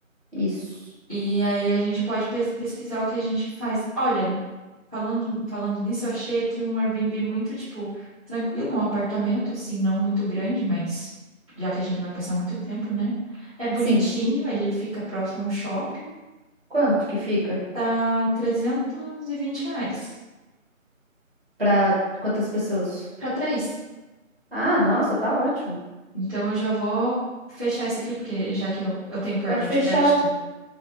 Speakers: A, on the right; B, on the right.
A: Isso,
B: E aí a gente pode pes- pesquisar o que a gente faz. Olha, falando, falando nisso, eu achei aqui um Airbnb muito, tipo, tranquilo, é um apartamento, assim, não muito grande, mas já que a gente vai passar muito tempo, né? É bonitinho,
A: sim.
B: ele fica próximo a um shopping,
A: Quanto que fica?
B: tá 320 reais
A: Pra quantas pessoas?
B: pra três.
A: Ah, nossa, tá ótimo.
B: Então eu já vou fechar isso aqui, porque já que eu, eu tenho cartão
A: Pode
B: de
A: fechar.
B: crédito.